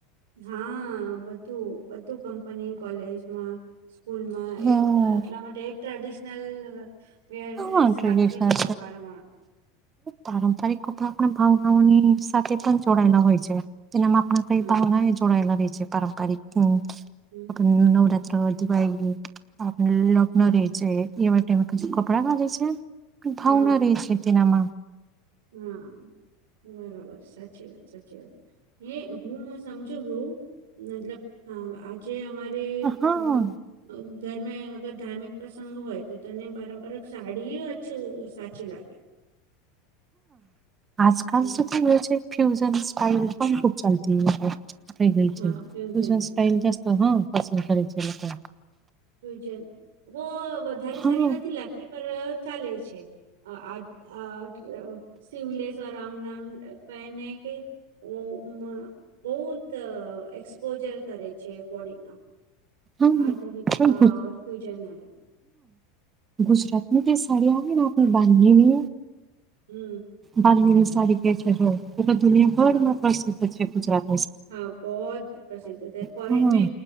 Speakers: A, on the right; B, on the right.
A: હા બધું બધું કંપની કોલેજમાં. સ્કૂલમાં
B: હમ્મ,
A: એક આટલા માટે એક ટ્રેડિશનલ. બે ડ્રેસ
B: હા ટ્રેડિશનલ
A: રાખી જ છે, પંવાર.
B: પારંપરિક કપડા આપણા ભાવનાઓની સાથે પણ જોડાયેલા હોય છે, જેનામાં આપણા.
A: હમ
B: ભાવના જોડાલા રહ છે, પારંપરિક
A: હમ
B: નવ. દિવાળી આપ લગ્ન
A: હમ
B: રે છે, એવામેીું કપડાં ખજે છે. ભાવના
A: હા
B: રહી છે, તેનેમામાં.
A: હા બરાબર સાચી વાત સાચી વાત. હે હું સમજુું મતલબ આજે અમારે. આપ
B: હા
A: મતલબ. ઘરમે અગર ધાર્મિક પ્રસંગ હોય તો તને પારંપરિક સાડી સાચી લાગે.
B: આજકાલ
A: હમ
B: સુધી વ છે, ફ્યુઝન સ્ટાાઈલ પણ ખૂબ ચાલતી. થઈ ગ
A: હા
B: છે,
A: ફ્યુઝન
B: ત સ્ટાઇલ જાસ્ત હા પસંદ કરે છે, લોકો.
A: ફ્યુજન ઓ વધારે
B: હા
A: સારી
B: હા
A: નથી લાગતી પર ચાલે છે. આ શિવલેશવ રામ નામ પહેને કે. ઓ બહુત એક્સપોજર કરે છે, બોડીડીને.
B: પણ
A: આધુનિકતા ફ્યુજન હ.
B: ગુજરાત ની તે સાડી આવે ને આપણે બાંધીની.
A: હમ
B: બાની સારી કે છે, એ દુનિયાભરમાં
A: હા
B: પ્રસિદ્ધ છે, ગુજરાત.
A: હા બહુત પ્રસિદ્ધ થ ફોરેન
B: હા
A: મે